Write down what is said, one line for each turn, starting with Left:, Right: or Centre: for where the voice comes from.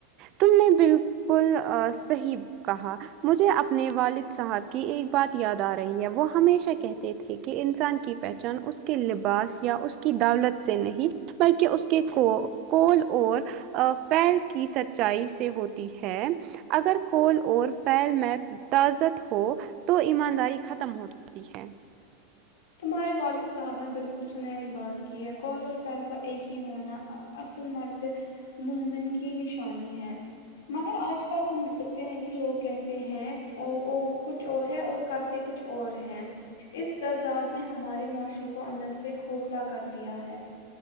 Right: تم نے بالکل صحیح کہا مجھے اپنے والد صاحب کی ایک بات یاد آ رہی ہے وہ ہمیشہ کہتے تھے کہ انسان کی پہ چان اس کے لباس یا اس کی دولت سے نہیں بلکہ اس کے کول اور پیل کی سط چائی سے ہوتی ہے اگر کول اور فیل میں تازت ہو تو ایمانداری ختم ہو جاتی ہے
Left: تمہارے والد صاحب نے بالکل سنہری بات کی ہے کال اور فیل کا ایک ہی ہونا اصل مرد مومن کی نشانی ہے مگر آج کل ہم دیکھتے ہیں کہ لوگ کہتے ہیں کچھ اور ہے اور کرتے کچھ اور ہیں اس تضاد نے ہماری معاشرے کو اندر سے کھوکھلا کر دیا ہے